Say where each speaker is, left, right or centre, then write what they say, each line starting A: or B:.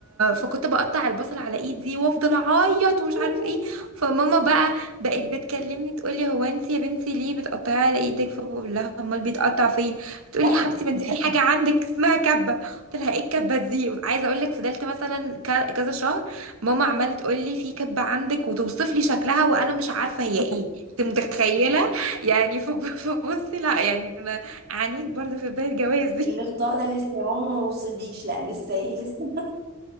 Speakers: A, on the right; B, on the right.
A: فكنت بقطع البصل على ايدي وافضل اعيط ومش
B: يا
A: عارف
B: بابا
A: ايه فماما بقى بقت بتكلمني تقولي هو انت يا بنتي ليه بتقطعي على ايدك فبقول لها امال بيتقطع فين
B: <laughs>
A: بتقولي
B: كبه
A: يا حبيبتي ما انت في حاجه عندك اسمها كبه قلت لها ايه الكبه دي عايزه اقول لك فضلت مثلا ك- كذا شهر ماما عماله تقول لي في كبه عندك وتوصف لي شكلها وانا مش عارفه هي ايه <laughs> انت متخيله يعني ف- فبص لا يعني انا عانيت برضه في بدايه جوازي
B: الاختراع ده لسه يا ماما ما وصليش لا لسه ايه لسه